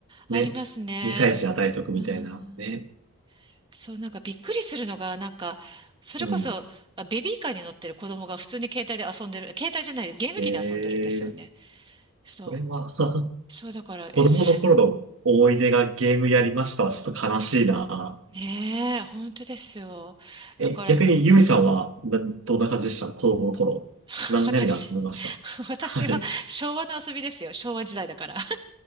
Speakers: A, on the right; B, on the right.
A: ね、
B: ありますね。
A: 2歳児に与えとくみたいな、
B: うん。
A: ね。
B: そう、なんかびっくりするのが、なんか、それこそ、
A: うん。
B: あベビーカーに乗ってる子供が普通に携帯で遊んでる、携帯じゃない、ゲーム機で遊んでるんですよね。
A: えー、それは
B: そう。
A: <laughs>
B: そうだから、
A: 子供の頃の思い出がゲームやりましたはちょっと悲しいな。
B: え、すねえ、本当ですよ。
A: え、
B: だから、
A: 逆にユミさんは、などんな感じでした子供の頃。
B: <laughs>
A: 何、
B: 私、
A: 何で遊びましたはい。
B: 私は昭和の遊びですよ。昭和時代だから。<laughs>